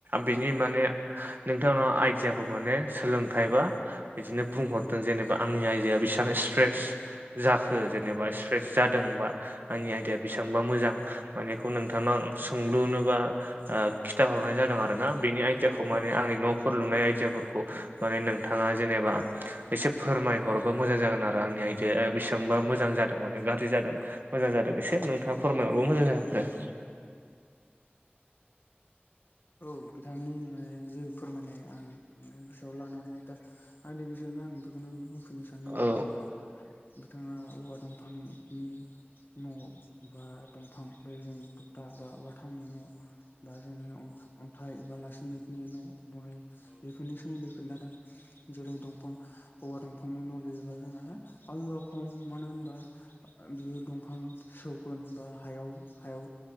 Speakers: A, on the right; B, on the left.
A: बिनि माने नोंथांाव आइडयाखौ माने सोलोंथाइ बा बिदिनो बुंहरदों जेनेबा आंनि आयदाया बेसेबां एक्सपिरियेन्स जाखो जेनेबा एक्सप्रेन्स जादोंबा आंनि आइदाया बेसेबांबा मोजां मानेखौ नोंथांनाव सोंलुनोबा खिथाहरनाय जादों आरो ना बेनि आयदियाखौ
B: औ
A: माने आंनि न'फोर लुनाय आयदियाफोरखौ माने नोंथाङा जेनेबा एसे फोरमायहरबा मोजां जागोन आरो आंनि आयदाया बेसेबांबा मोजां जादों माने गाज्रि जादों। मोजां जादों एसो नोंथाङा फोरमायहरबबो मोजां जागोन आरो।
B: औ बिथांनि माने जे फोरमायनाय आं मे गोसोआव लानानै दा आंनि गोसोआवनो आं बेखौनो बुंफिनो सानदों
A: औ
B: जे बिथाङा औवा दंफांनि न' बा दंफां बे जों थकता बा बाथामनि न' दा जोङो अन्थाइ बा लासैमितनि न' बानायो बेफोरनि औ खोन्थादों जेरै दंफां हौवा दंफांनि न'लेजबा जोंना आयआ खम मानो होनबा बियो दंफां सौगोन बा हायाव हायाव